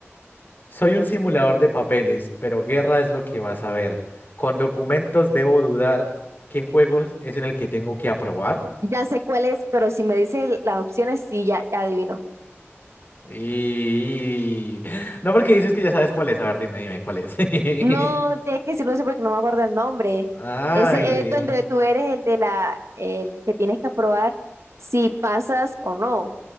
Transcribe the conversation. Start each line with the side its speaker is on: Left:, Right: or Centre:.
Left: Soy un simulador de papeles, pero guerra es lo que vas a ver. Con documentos debo dudar qué juegos es en el que tengo que aprobar.
Right: Ya sé cuál es, pero si me dice el- las opciones, sí, ya, ya adivino.
Left: Y... <laughs> No porque dices que ya sabes cuál es. A ver, dime, dime cuál es. <laughs>
Right: No, tienes que decirlo eso porque no me acuerdo el nombre.
Left: Ay,
Right: Ese es donde tú eres el de la, el que tienes que aprobar si pasas o no.